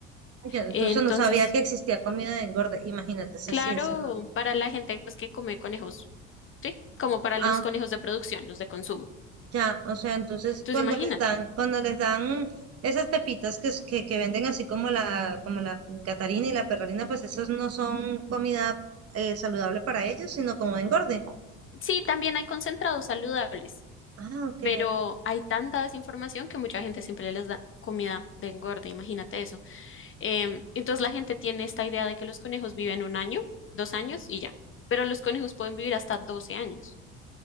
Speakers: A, on the right (about 50°); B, on the left (about 40°).
A: yo incluso
B: Entonces,
A: no sabía que existía comida de engorde, imagínate si
B: claro,
A: así es. ¿no?
B: para la gente pues que come conejos, ¿sí? Como para los
A: Ah,
B: conejos de producción, los de consumo.
A: Ya, o sea, entonces
B: Entonces,
A: cuando
B: imagínate.
A: les dan, cuando les dan esas pepitas que, es- que, que venden así como la, como la Gatarina y la Perralina, pues esos no son comida eh, saludable para ellos, sino como engorde.
B: Sí, también hay concentrados saludables.
A: Ah, ok.
B: pero hay tanta desinformación que mucha gente siempre les da comida de engorde, imagínate eso. Em, entonces la gente tiene esta idea de que los conejos viven un año, dos años y ya, pero los conejos pueden vivir hasta 12 años.